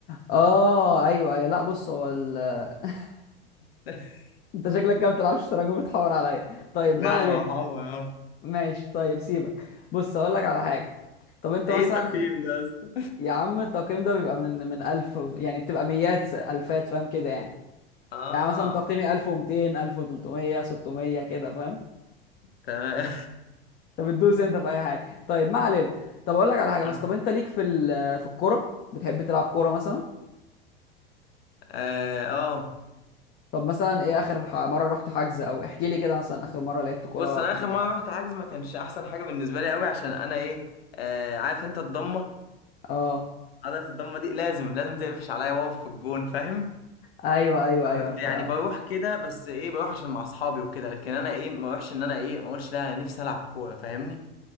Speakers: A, on the left; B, on the left.
A: اه ايوه ايوه لا بص هو ال <laughs>
B: <laughs>
A: انت شكلك كده بتلعبش شطرنج وبتحور عليا طيب
B: لا
A: ما علينا
B: يا محمد اه
A: ماشي طيب سيبك بص اقول لك على حاجه طب انت
B: ايه
A: مثلا
B: التقييم ده يا اسطى
A: يا عم التقييم ده بيبقى من من 1000 و- يعني بتبقى ميات الفات فاهم كده يعني
B: اه
A: يعني مثلا تقييمي 1200 1300 600 كده فاهم
B: تمام
A: انت بتدوس انت في اي حاجه طيب ما علينا طب اقول لك على حاجه
B: <laughs>
A: مثلا طب انت ليك في ال- في الكوره بتحب تلعب كوره مثلا
B: اه آه.
A: طب مثلا ايه اخر ح- مره رحت حجز او احكي لي كده مثلا اخر مره لعبت كوره
B: بص انا
A: كان
B: اخر
A: ايه الدنيا
B: مرة رحت حجز ما كانش احسن حاجة بالنسبة لي قوي عشان انا ايه آه عارف انت الضمة
A: اه
B: عضلة الضمة دي لازم لازم تقفش عليا واقف في الجون فاهم
A: ايوه ايوه
B: انا
A: ايوه
B: كنت
A: انت
B: يعني بروح كده بس ايه بروح عشان مع اصحابي وكده لكن انا ايه ما اروحش ان انا ايه ما اقولش لا انا نفسي العب كورة فاهمني